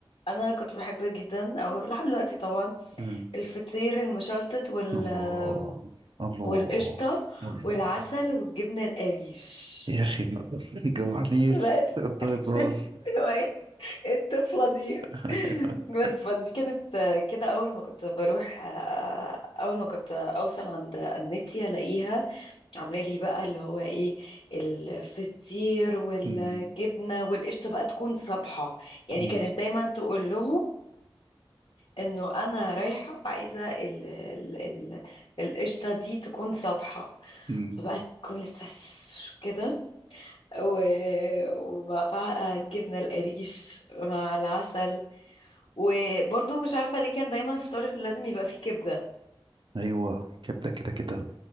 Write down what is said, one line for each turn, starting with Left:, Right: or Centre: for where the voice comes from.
Left: أنا كنت بحب جدا أو لحد دلوقتي طبعا
Right: أمم.
Left: الفطير المشلتت وال
Right: الله
Left: آم،
Right: الله
Left: والقشطة
Right: الله
Left: والعسل والجبنة القريش
Right: يا اخي ما <laughs> جوعنيش
Left: بس
Right: الدايت باظ
Left: <laughs> اللي هو إيه؟ الطفلة دي
Right: <laughs>
Left: بس فدي كانت آه، كده أول ما كنت بروح آه، أول ما كنت أوصل عند النتي ألاقيها عاملة لي بقى اللي هو إيه الفطير والجبنة
Right: أمم،
Left: والقشطة بقى تكون صبحة يعني
Right: أمم،
Left: كانت دايما تقول لهم إنه أنا رايحة وعايزة ال- ال- ال- القشطة دي تكون صبحة
Right: أمم.
Left: فبقى تكون لسه ش- كده و... وبقى بقى الجبنة القريش مع العسل وبرضو مش عارفة ليه كان دايما الفطار لازم يبقى فيه كبدة
Right: ايوه كبده كده كده